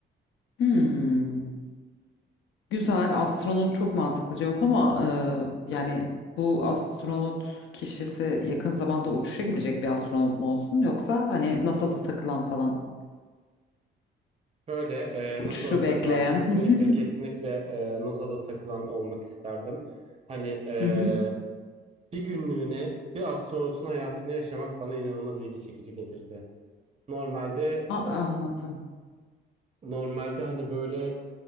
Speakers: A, on the left (about 75°); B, on the right (about 30°).
A: Hmm. Güzel, astronot çok mantıklı cevap ama e, yani bu astronot kişisi yakın zamanda uçuşa gidecek bir astronot mu olsun yoksa hani NASA'da takılan falan
B: Böyle e,
A: uçuşu
B: NASA'da takılan
A: bekleyen.
B: kesinlikle
A: <laughs>
B: kesinlikle e, NASA'da takılan olmak isterdim. Hani e,
A: Hı hı.
B: bir günlüğüne bir astronotun hayatını yaşamak bana inanılmaz ilgi çekici gelirdi. Normalde
A: A- anladım.
B: Normalde hani böyle